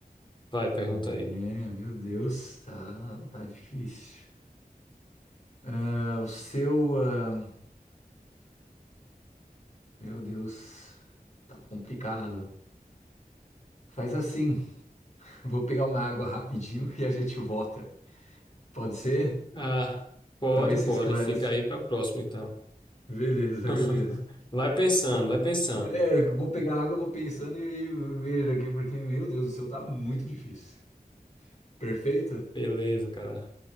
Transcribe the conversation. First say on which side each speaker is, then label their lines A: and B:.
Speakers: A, on the left; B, on the left.
A: Vai, pergunta
B: É,
A: aí.
B: meu Deus, tá, tá difícil. Ah, o seu, ah, meu Deus, tá complicado. Faz assim, <laughs> vou pegar uma água rapidinho <laughs> e a gente volta. Pode ser?
A: Ah, pode,
B: Pra ver se
A: pode.
B: esclarece.
A: Fica aí para próxima, então.
B: Beleza,
A: <laughs>
B: beleza.
A: Vai pensando, vai pensando.
B: É, eu vou pegar água, eu vou pensando e vejo aqui, porque, meu Deus do céu, tá muito difícil. Perfeito?
A: Beleza, cara.